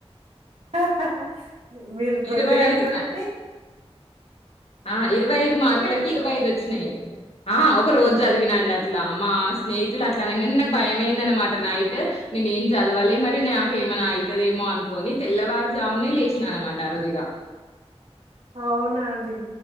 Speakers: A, on the right; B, on the left.
A: అహ మిర్ మీర్
B: ఇరవై
A: రెండు గంటలంటె
B: ఐదు ఆ ఇర్వై ఐదు మార్కులకి
A: లేస్తారు.
B: ఇర్వై ఐదోచ్చినాయ్ ఆ ఒక రోజ్ జదివినండి అట్లా మా స్నేహితులూ అట్లా అనంగన్ నాక్ భయమయింద్ అనమాట నైట్ ని నేం చద్వాలే మరి నాకేమనా ఐతదేమో అన్కోని తెల్లవారు జామునే లేస్నా అనమాట ఆ రోజు ఇగ
A: అవునా అండి